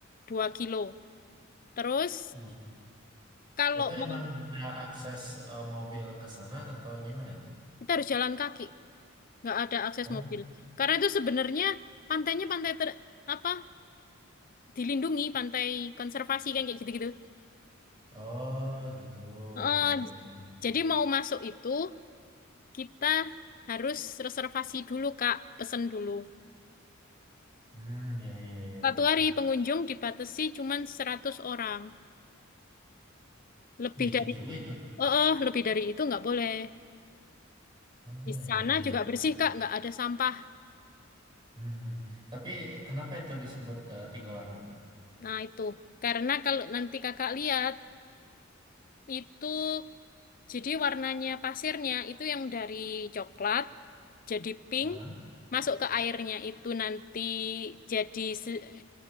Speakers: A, on the left; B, on the right.
A: 2 kilo. Terus
B: bus.
A: kalau
B: Itu
A: mau,
B: emang ada akses eh, mobil ke sana atau gimana itu?
A: kita harus jalan kaki. Nggak ada akses
B: Oh,
A: mobil. Karena itu sebenarnya pantainya pantai ter, apa dilindungi, pantai konservasi kan kayak gitu-gitu.
B: oh gitu.
A: Eh,
B: Oke, oke, oke.
A: jadi mau masuk itu, kita harus reservasi dulu, Kak. Pesen dulu.
B: Hmm, ya ya iya,
A: Satu
B: iya.
A: hari pengunjung dibatasi cuma 100 orang. Lebih
B: Dikit
A: dari
B: juga itu.
A: oh, oh, lebih dari itu nggak boleh.
B: Ah,
A: Di
B: ya,
A: sana
B: ya, ya.
A: juga bersih, Kak, nggak ada sampah.
B: Hmm. hmm. Tapi kenapa itu disebut eh, tiga warna?
A: Nah, itu. Karena kalau nanti Kakak lihat itu jadi warnanya pasirnya itu yang dari coklat jadi pink
B: Aha,
A: masuk ke airnya itu nanti jadi se-